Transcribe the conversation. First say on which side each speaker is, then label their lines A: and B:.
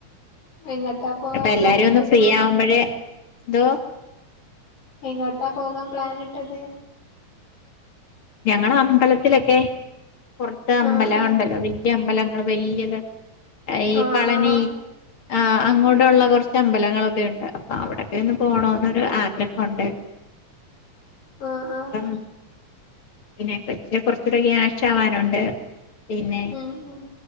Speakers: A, on the left; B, on the left.
A: എങ്ങട്ടാ പോകാൻ
B: അപ്പൊ എല്ലാരും
A: പ്ലാൻ ഇട്ടത്
B: ഒന്ന് ഫ്രീ ആവുമ്പോഴേ എന്തോ
A: എങ്ങോട്ടാ പോകാൻ പ്ലൻിട്ടത്
B: ഞങ്ങള് അമ്പലത്തിലൊക്കെ പുറത്ത് അമ്പലം
A: ആഹ് ആഹ്
B: ഉണ്ടല്ലോ വ അമ്പലങ്ങള് വല്യത് എർ ഈ
A: ആഹ്
B: പളനി
A: ആഹ്
B: ആ അങ്ങോട്ടുള്ള കുറച്ച് അമ്പലങ്ങളൊക്കെ ഉണ്ട് അപ്പൊ അവിടൊക്കെ ഒന്ന് പോണോന്നോരു ആഗ്രഹമുണ്ട്
A: ആഹ് ആഹ്
B: ആ പിന്നെ കൊച്ച് കുറച്ചുകൂടെ ഒരു ആവാനുണ്ട് പിന്നെ
A: ഉം ഉം